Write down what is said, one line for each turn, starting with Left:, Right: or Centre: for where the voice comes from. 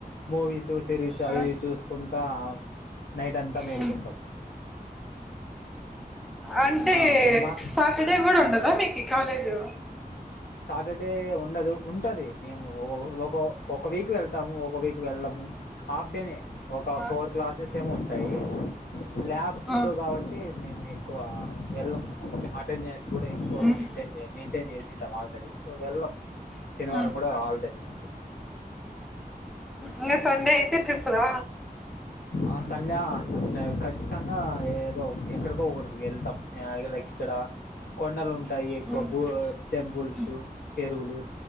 Left: మూవీస్ సిరీస్ అవి
Centre: ఆ,
Left: ఇవి చూసు కుంటా నైట్ అంతా మేలుకుంటాం
Centre: మ్మ్, అంటే
Left: ఆ ఇంక మా
Centre: సాటర్డే కూడా ఉంటదా మీకి కాలేజు
Left: సాటర్డే ఉండదు ఉంటది. మేము ఒక ఒక వీక్ వెళ్తాము ఒక వీక్ వెళ్ళము హాఫ్ డే ఒక
Centre: ఆ,
Left: ఫోర్ క్లాసెస్ ఏమో ఉంటాయి. ల్యాబ్ బస్ ఉండవు
Centre: ఆ,
Left: కాబట్టి మేము ఎక్కువ వెళ్ళం అటెండేస్ కూడా ఎక్కువ
Centre: మ్మ్,
Left: నేన్ మెయింటైన్ చేసింటాం ఆల్రెడీ సో వెళ్ళాం
Centre: మ్మ్,
Left: శనివారం
Centre: మ్మ్.
Left: కూడా ఆల్డేనె మాకు
Centre: ఇగా సండే అయితే ట్రిప్లా
Left: ఆ సండే ఖచ్చితంగా ఏదో ఎక్కడికో ఒకడికి వెళ్తాం లైక్ ఇక్కడ కొండలు ఉంటాయి. ఎక్కువ
Centre: మ్మ్,
Left: గో టెంపుల్స్
Centre: మ్మ్.
Left: చెరువులు